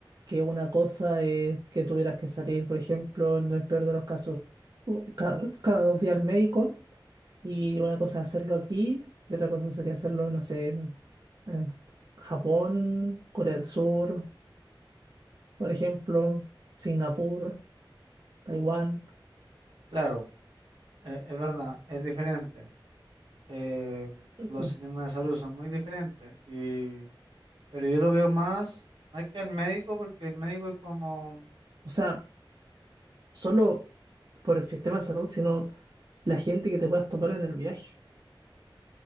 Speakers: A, on the right (about 50°); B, on the right (about 80°).
A: que una cosa es que tuvieras que salir, por ejemplo, en el peor de los casos, u- ca- cada, dos días al médico, y una cosa es hacerlo aquí, y otra cosa sería hacerlo, no sé, en, en Japón, Corea del Sur, por ejemplo, Singapur, Taiwán.
B: Claro, eh, es verdad, es diferente. Eh,
A: Ujú.
B: los sistemas de salud son muy diferentes, y, pero yo lo veo más, más que el médico, porque el médico es como,
A: O sea, solo por el sistema de salud, sino la gente que te puedas topar en el viaje.